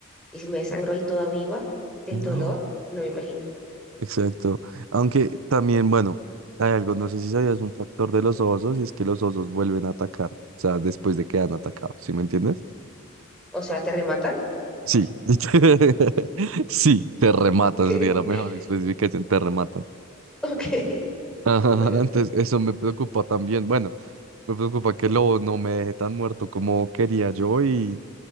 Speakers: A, in the centre; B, on the right.
A: Y si me desangro ahí toda viva, el
B: No.
A: dolor, no me imagino.
B: Exacto. Aunque también, bueno, hay algo, no sé si sabías un factor de los osos y es que los osos vuelven a atacar, o sea, después de que han atacado, ¿sí me entiendes?
A: O sea, ¿te rematan?
B: Sí. <laughs> Sí, te rematan,
A: ¿Qué?
B: sería la mejor
A: <laughs>
B: especificación, te rematan.
A: Ok,
B: <laughs> Ajá,
A: muero.
B: entonces eso me preocupa también. Bueno, me preocupa que el lobo no me deje tan muerto como quería yo y